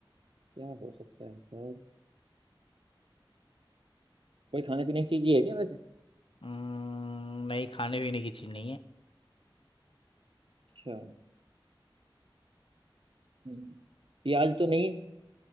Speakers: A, on the right; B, on the left.
A: क्या हो सकता है सर कोई खाने पीने की चीज ही है क्या वैसे
B: अम्म, नहीं खाने पीने की चीज नहीं है
A: अच्छा हम्म, प्याज तो नहीं है